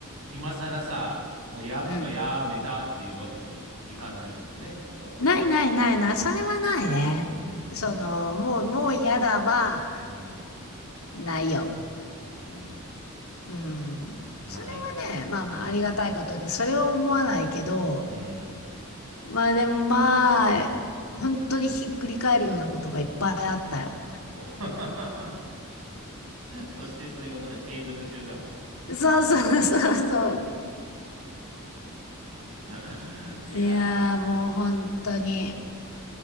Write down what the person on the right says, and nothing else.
今更さ、もうやっぱやめたっていうわけにもい、
いかないもんね。だってね。
うん、
うん、
うん、
ない。
うん、
うん。
お <laughs> そしてそれがまだ継続中だもんね。
うん、<laughs> いや
ー、